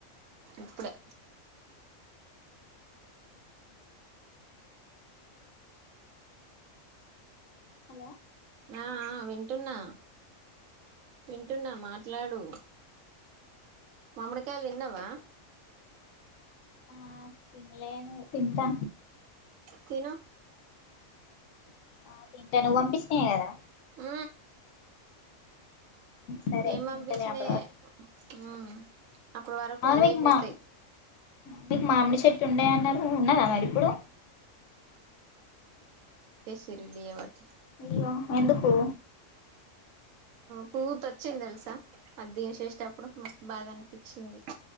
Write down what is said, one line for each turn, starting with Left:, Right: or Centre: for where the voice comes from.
Right: ఇప్పుడే
Left: హలో
Right: ఆ ఆ వింటున్నా వింటున్నా మాట్లాడు మామ్ముడికాయలు తిన్నవా
Left: ఆ తింన్లెను తింటా
Right: తిను
Left: ఆ తింటను పంపించినయే కదా
Right: ఆ
Left: సరే
Right: నేను
Left: తింటలే
Right: పంపించినయే
Left: అప్పటి వరకు
Right: ఆ అప్పడు వరకు
Left: అవును
Right: అదయిపోతాయి
Left: మీకు మా మీకు మామిడి చెట్టు ఉండే అన్నారు ఉన్నదా మరి ఇప్పుడు
Right: తిరి లేవడు
Left: అయ్యో ఎందుకు
Right: పూత వచ్చింది తెలుసా అది దిషేష్ టప్పుడు మస్తు బాధ అనిపించింది